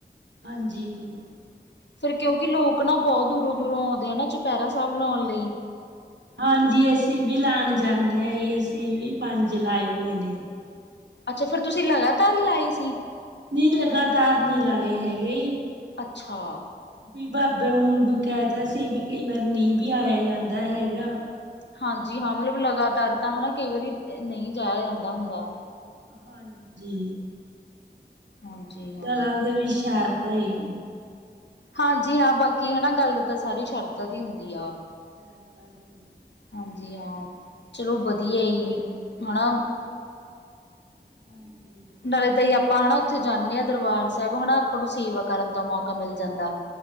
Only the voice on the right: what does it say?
ਹਾਂਜੀ।
ਹਾਂਜੀ ਅਸੀਂ ਵੀ ਲਾਣ ਜਾਂਨੇ ਆ ਈ ਅਸੀਂ ਵੀ ਪੰਜ ਲਾਏ ਹੋਏ ਨੇ।
ਨੀ ਲਗਾਤਾਰ ਨੀ ਲਾਏ ਹੈਗੇ ਈ।
ਵੀ ਬਾਬੇ ਨੂੰ ਹੁਣ ਵੀ ਕੈਤਾ ਸੀ ਵੀ ਕਈ ਵਾਰ ਨਈ ਵੀ ਆਇਆ ਜਾਂਦਾ ਹੈਗਾ।
ਹਾਂਜੀ
ਚਲਾ ਆਪਦੇ ਵੀ ਸ਼ਰਦ ਹੀ
ਸ਼ਰ ਦਾ ਦੀ ਆ
ਹਾਂਜੀ